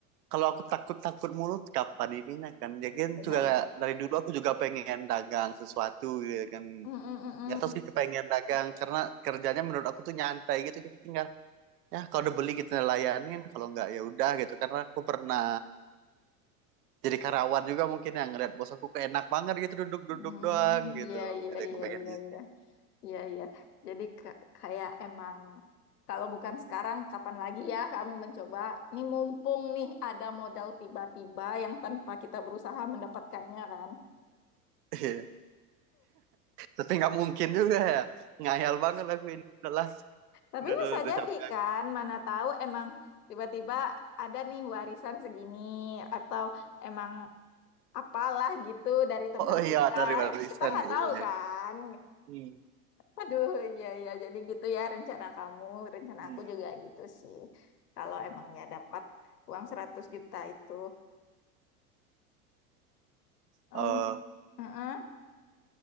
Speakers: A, on the right (about 80°); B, on the left (about 85°).
A: kalau aku takut takut mulu kapan ininya kan ya kan
B: benar-benar.
A: juga dari dulu aku juga pengen dagang sesuatu gitu kan
B: Mm, mm, mm,
A: nggak tahu
B: mm.
A: sih kepengen dagang karena kerjanya menurut aku tuh nyantai gitu kita tinggal ya kalau udah beli kita layanin kalau nggak ya udah gitu karena aku pernah jadi karyawan juga mungkin yang ngeliat bos aku kok enak banget gitu duduk-duduk
B: Hmm,
A: doang gitu
B: iya, iya,
A: jadi
B: iya,
A: aku pengen
B: iya,
A: gitu
B: iya. Iya, iya. Jadi ke- kayak emang kalau bukan sekarang, kapan lagi ya kamu mencoba? Ini mumpung nih ada modal tiba-tiba yang tanpa kita berusaha mendapatkannya kan.
A: Iya. tapi nggak mungkin juga ya ngayal banget aku ini udahlah
B: Tapi
A: udah udah,
B: bisa
A: udah
B: jadi
A: capek aku.
B: kan, mana tahu emang tiba-tiba ada nih warisan segini atau emang apalah gitu dari teman
A: oh iya
B: kita.
A: dari barisan
B: Kita nggak tahu
A: iya
B: kan.
A: Hmm.
B: Aduh, iya iya jadi gitu ya rencana kamu, rencana
A: Hmm.
B: aku juga gitu sih. Kalau emang ya dapat uang 100 juta itu. Em,
A: Eh,
B: heeh.